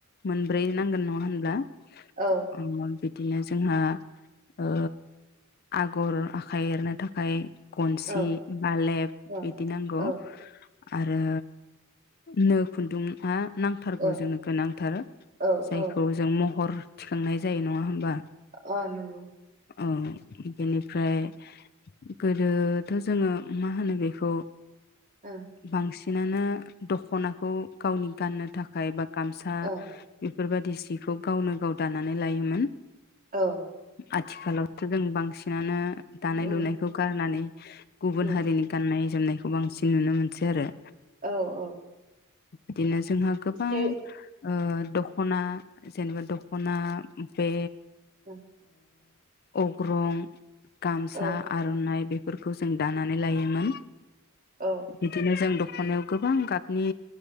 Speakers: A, on the left; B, on the right.
A: मोनब्रै नांगोन नङा होनब्ला
B: औ
A: <unintelligible> बिदिनो जोंहा ओ आगर आखाइ एरनो थाखाय गनसि
B: औ
A: बालेब
B: औ
A: बिदि नांगौ
B: औ
A: आरो नो खुन्दुंआ नांथारगौ
B: औ
A: जोंनो गोनांथार
B: औ
A: जायखौ
B: औ
A: जों म हर थिखांनाय जायो नङा होनबा
B: अ नुंगौ
A: उम्म बेनिफ्राय गोदोथ जोंङो मा होनो बेखौ
B: ओ
A: बांसि बेनाना दखनाखौ गावनि गाननो थाखाय बा गामसा
B: ओ औ
A: बेफोरबायदि सिखौ गावनो गाव दानानै लायोमोन।
B: औ
A: आथिखालावथो जों बांसिनानो दानाय
B: उम
A: लुनायखौ गारनानै गुबुन
B: उम
A: हारिनि गाननाय जोमनायखौ बांसिन नुनो मोनसै आरो
B: औ औ
A: बिदिनो जोंहा गोबां
B: एसे
A: ओ दख खना जेनेबा दखना बे
B: औ
A: ओ अग्रं गामसा,
B: औ
A: आरनाइ बेफोरखौ जों दानानै - लायोमोन
B: औ
A: बिदिनो जों द खनायाव गोबां गाबनि